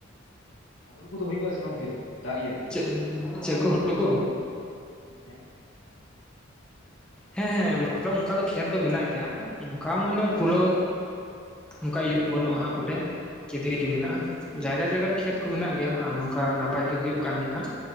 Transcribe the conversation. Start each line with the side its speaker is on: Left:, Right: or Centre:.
Left: ᱟ ᱦᱩᱲᱩ ᱠᱚᱫᱚ ᱦᱩᱭᱩᱜᱼᱟᱥᱮ ᱵᱟᱝ ᱯᱷᱤᱨ ᱫᱟᱜ ᱤᱭᱟᱹᱛᱮ?
Centre: ᱪᱮᱫ ᱪᱮᱫ ᱠᱚ ᱦᱩᱲᱩ ᱠᱚ?
Left: ᱦᱮᱸ᱾
Centre: ᱦᱮᱸ ᱦᱮᱸ ᱢᱟ ᱛᱚ ᱚᱝᱠᱟ ᱫᱚ ᱠᱷᱮᱛ ᱫᱚ ᱢᱮᱱᱟᱜ ᱜᱮᱭᱟ ᱚᱝᱠᱟ ᱢᱟᱱᱮ ᱯᱩᱨᱟᱹᱣ ᱚᱝᱠᱟ ᱤᱭᱟᱹ ᱵᱟᱹᱱᱩᱜᱼᱟ ᱦᱟᱸᱜ ᱵᱚᱞᱮ᱾ ᱠᱮ ᱫᱷᱤᱨᱤ ᱜᱮ ᱢᱮᱱᱟᱜᱼᱟ ᱡᱟᱭᱜᱟ ᱡᱟᱭᱜᱟ ᱨᱮ ᱠᱷᱮᱛ ᱠᱚ ᱢᱮᱱᱟᱜ ᱜᱮᱭᱟ, ᱟᱨ ᱱᱚᱝᱠᱟ ᱱᱟᱯᱟᱭ ᱜᱮ ᱦᱩᱭᱩᱜ ᱠᱟᱱ ᱜᱮᱭᱟ ᱦᱟᱸᱜ᱾